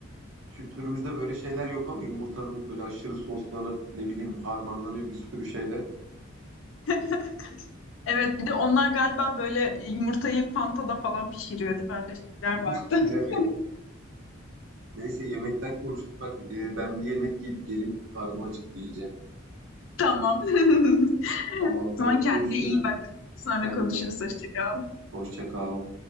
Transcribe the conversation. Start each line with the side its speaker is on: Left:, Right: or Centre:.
Right: kültürümüzde böyle şeyler yok ama yumurtanın böyle aşırı soslanıp ne bileyim harmanlanıyor bir sürü şeyle.
Left: <laughs> Evet bir de onlar galiba böyle yumurtayı Fanta'da falan pişiriyor değil mi? Öyle şeyler
Right: <laughs>
Left: vardı.
Right: Evet.
Left: <laughs>
Right: Neyse yemekten konuştuk. Bak e, ben bir yemek yiyip geleyim. Karnım acıktı iyice.
Left: Tamam. <laughs>
Right: Tamamdır
Left: O zaman
Right: hadi
Left: kendine
Right: görüşürüz.
Left: iyi bak. Sonra
Right: Sen
Left: konuşuruz.
Right: de
Left: Hoşça kal.
Right: hoşça kal.